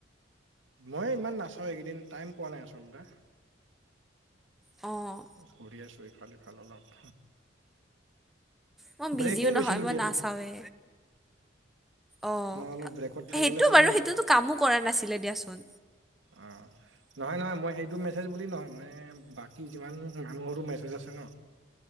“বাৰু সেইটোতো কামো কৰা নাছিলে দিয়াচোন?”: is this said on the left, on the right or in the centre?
Centre